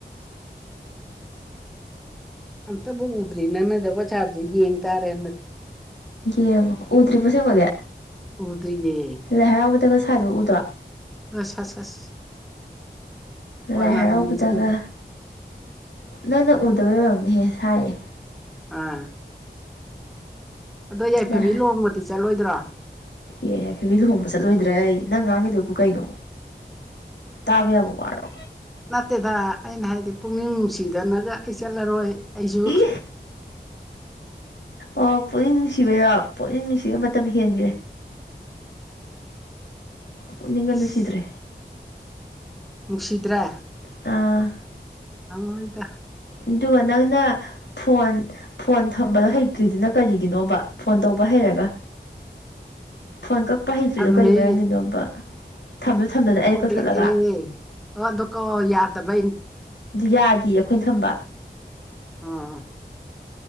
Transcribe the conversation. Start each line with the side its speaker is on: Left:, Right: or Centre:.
Centre: ꯑꯝꯇꯎꯨ ꯎꯗ꯭ꯔꯤ ꯅꯪꯅ‌‌ ꯖꯒꯣꯏ ꯁꯥꯕꯗꯨ ꯌꯦꯡ ꯇꯥꯔꯦ ꯍꯟꯗꯛ
Left: ꯌꯦꯉꯋꯦ ꯎꯗ꯭ꯔꯤꯕꯣ‌‌ ꯑꯁꯦꯛꯕꯒꯤ
Centre: ꯎꯗꯔꯤꯌꯦ
Left: ꯂꯥꯏ ꯍꯔꯥꯎꯕꯗꯒ ꯁ꯭ꯋꯢꯗꯣ ꯎꯗ꯭ꯔꯣ
Centre: <unintelligible> ꯍꯣꯏ
Left: ꯂꯥꯏ
Centre: ꯃꯥ
Left: ꯍꯔꯥꯎꯕꯗꯒ
Centre: ꯅꯨꯃꯤꯠꯁꯤꯅ
Left: ꯅꯪꯅ ꯎꯗꯕꯩ ꯑꯣꯏꯔꯝꯅꯤꯍꯦ ꯁꯥꯏꯌꯦ
Centre: ꯑꯥ ꯑꯗꯣ ꯌꯥꯏꯐꯕꯤ
Left: ꯂꯥꯏ
Centre: ꯂꯨꯍꯣꯡꯕꯗꯤ ꯆꯠꯂꯣꯏꯗ꯭ꯔꯣ
Left: ꯑꯦ ꯌꯥꯏꯐꯕꯤ ꯂꯨꯍꯣꯡꯕ ꯆꯠꯂꯣꯏꯗ꯭ꯔꯌꯦ ꯅꯪ ꯉꯥꯡꯏꯗꯨꯕꯨ ꯀꯩꯅꯣ ꯇꯥꯕ ꯌꯥꯕ ꯋꯥꯔꯣ
Centre: ꯅꯠꯇꯦꯗ ꯑꯩꯅ ꯍꯥꯏꯗꯤ ꯄꯨꯛꯅꯤꯡ ꯅꯨꯡꯁꯤꯗꯅꯒ ꯑꯩ ꯆꯠꯂꯔꯣꯏ ꯑꯩꯁꯨ
Left: ꯏ ꯑꯣ ꯄꯨꯛꯅꯤꯡ ꯅꯨꯡꯁꯤꯕꯩꯔꯣ ꯄꯨꯛꯅꯤꯡ ꯅꯨꯡꯁꯤꯕꯩ ꯃꯇꯝ ꯍꯦꯟꯈ꯭ꯔꯦ
Centre: <inaudible>
Left: ꯄꯨꯛꯅꯤꯡꯒ
Centre: ꯏꯁ
Left: ꯅꯨꯡꯁꯤꯗꯔꯦ
Centre: ꯅꯨꯡꯁꯤꯗ꯭ꯔꯦ
Left: ꯑꯥ
Centre: ꯅꯪꯉꯣꯏꯗ
Left: ꯑꯗꯨꯒ ꯅꯪꯅ ꯐꯣꯟ ꯐꯣꯟ ꯊꯝꯕꯗꯣ ꯍꯩꯇ꯭ꯔꯤꯗꯨꯅ ꯀꯔꯤꯒꯤꯅꯣꯕ ꯐꯣꯟ ꯇꯧꯕ ꯍꯩꯔꯒ ꯐꯣꯟ ꯀꯛꯄ ꯍꯩꯇ꯭ꯔꯤꯗꯣ
Centre: ꯊꯝꯃꯦ
Left: ꯀꯩ ꯃꯔꯝꯒꯤꯅꯣꯕ ꯊꯝꯅꯨ ꯊꯝꯗꯅ ꯑꯩꯅ
Centre: ꯊꯣꯛꯂꯛ
Left: ꯀꯛꯊꯠꯂꯒ
Centre: ꯑꯦ ꯑꯗꯨ ꯀꯣ ꯌꯥꯗꯕꯩꯅꯤ
Left: ꯌꯥꯗꯤꯌꯦ ꯑꯩꯈꯣꯏꯅ ꯊꯝꯕ
Centre: ꯑꯥ